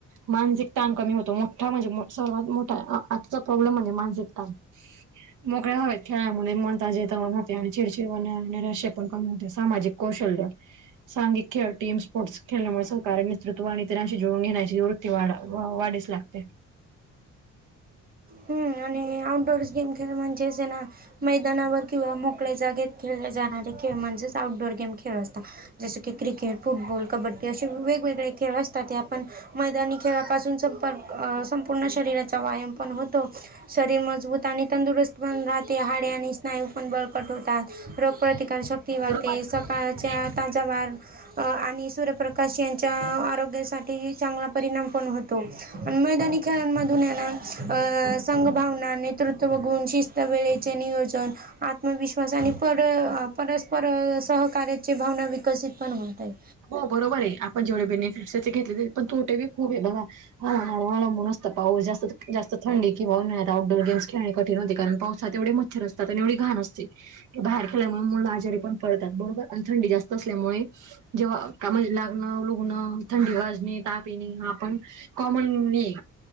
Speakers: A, on the right (about 85°); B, on the right (about 30°).
A: मानसिक ताण कमी होतो, मोठा म्हणजे मो सर्वात मोठा, आ-आजचा प्रॉब्लेम म्हणजे मानसिक ताण. मोकळ्या हवेत खेळल्यामुळे मन ताजे तवाने होते, आणि चिडचिड व ने-नैराश्य पण कमी होते, सामाजिक कौशल्य, सांघिक खेळ, टीम स्पोर्टस खेळल्यामुळे सहकार्य मि नेतृत्व आणि इतरांशी जुळून घेण्याची वृत्ती वाड-वाढीस लागते.
B: हम्म आणि आउटडोरस गेम खेळ म्हणजेच ना? मैदानावर किंवा मोकळ्या जागेत खेळले जाणारे खेळ, म्हणजे च आऊटडोअर खेळ असतात. जसं की क्रिकेट, फुटबॉल, कबड्डी असे वेगवेगळे खेळ असतात, ते आपण मैदानी खेळापासून संपक-संपूर्ण शरीराचा व्यायाम पण होतो. शरीर मजबूत आणि तंदुरुस्त पण राहते, हाडे आणि स्नायू पण बळकट होतात. रोगप्रतिकार शक्ती वाढते,
A: बरोबर आहे
B: सकाळच्या
A: पण
B: तांजा वार <inaudible> अ आणि सूर्यप्रकाश यांच्या आरोग्यासाठी चांगला परिणाम पण होतो. पण मैदानी खेळांमधून येना, अ संघ भावना नेतृत्व गुन शिष <inaudible> त, वेळेचे नियोजन आत्मविश्वास आणि पर-परस्पर सहकार्याची भावना विकसित पण होत आहे.
A: हॊ बरोबर ये, आपण जेवढे बेनिफिट्स त्याचे घेतले तरी, पण तो ते बी <unintelligible> दादा माझा नवरा माझ्या <unintelligible> त पाऊस, जास्त-जास्त थंडी किंवा उन्हाळ्यात आउटडोअर गेम्स खेळणे कठीण होते, कारण पावसात एवडे मच्छर असतात आणि एवडी घाण असते. बाहेर खेळल्यामुळे मुल आजारी पण पडतात, बरोबर आणि थंडी जास्त असल्यामुळे जेव्हा अ का <unintelligible> म्हणजे लागणं, लुगणं, थंडी वाजणे, ताप येणे, हा पण कॉमन हे.